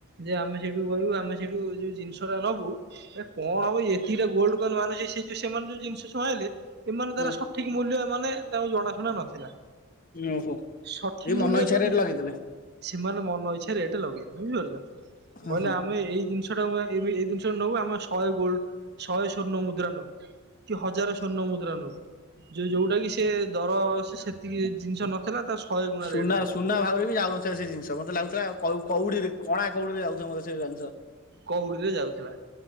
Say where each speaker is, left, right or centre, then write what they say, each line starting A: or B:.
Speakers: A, on the right (about 50°); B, on the left (about 40°).
A: ଯେ ଆମେ ସେଇଠୁ କହିବୁ ଆମେ ସେଇଠୁ ଯୋଉ ଜିନିଷଟା ନବୁ ଏ କଣ ହବ ଏତିକିଟା ଗୋଲଡ କନ ମାନୁଛି ସେ ଯଉ ସେମାନେ ଯୋଉ ଜିନିଷ ଶୁଣଇଲେ ଏମାନ
B: ହୁଁ
A: ଦ୍ାରା ସବଠିକ ମୂଲ୍ୟ ମାନେ ତାକୁ ଜଣାଶୁଣା ନଥିଲା
B: ଓହୋ
A: ସଠିକ
B: ଏ
A: ମୂଲ୍ୟ
B: ମନ ଇଚଛାରେ
A: ଯୋଉଠି
B: ଏ ଲଗେଇଥିଲେ
A: ସେମାନେ ମନ ଇଚ୍ଛାରେ ଏଟା ଲଗେଇନି ବୁଝିପାରୁଛ
B: ହୁଁ
A: କଲେ
B: ହୁଁ।
A: ଆମେ ଏଇ ଜିନିଷ ସୋ ଏ ଏଇ ଜିନିଷ ନେୁ ଆେ ଶହେ ଗୋଲ ଶହେ ଶୂର୍ଣ ମୁଦ୍ରା ନବୁ କି ହଜାର ଶଵର୍ଣ୍ଣ ମୁଦ୍ରା ନବ ଯୋଉ ଯୋଉଟା କି ସେ ଦର ସେ ସେତିକି ଜିନିଷ ନଥିଲା ତା ଶହେ ଗୁଣା
B: ସୁନା
A: ରେଟ୍ ଥିଲା
B: ସୁନା
A: ବୁଝିଲ।
B: ଭାବରେ ବି ଯାଉନ ସେ ଜିନିଷ ମତେ ଲାଗୁଥିଲା କଉଡିିରେ କଣା କଉଡିିରେ ଯାଉ ମତେ ସେ ଜିଷ
A: କଉଡିରେ ଯାଉଥିଲା